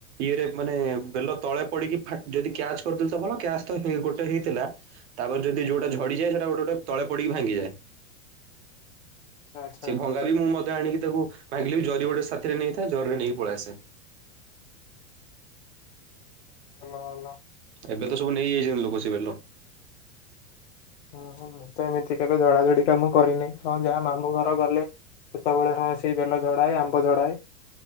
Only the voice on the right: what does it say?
ଇଏରେ ମାନେ ବେଲ ତଳେ ପଡିକି ଫା ଯଦି କ୍ୟାଚ କରିଦେଲୁ ତ ଭଲ କ୍ୟାଚ ତ ଗୋଟେ ହେଇଥିଲା। ତାପରେ ଯଦି ଯୋଉଟା ଝଡ଼ିଯାଏ ସେଟା ଗୋଟେ ଗୋଟେ ତଳେ ପଡି ଭାଙ୍ଗିଯାଏ।
ସେ ଭଙ୍ଗାରେ ବି ମୁଁ ମଧ୍ୟ ଆଣିକି ତାକୁ ଭାଙ୍ଗିଲେ ବି ଯ ଗୋଟେ ସା ଏଥିରେ ନେଇଥାଏ। ଜରିରେ ନେଇକି ପଳେଇ ଆସେ।
ଏବେ ତ ସବୁ ନେଇଯାଇଛନ୍ତି ଲୋକ ସେ ବେଲ।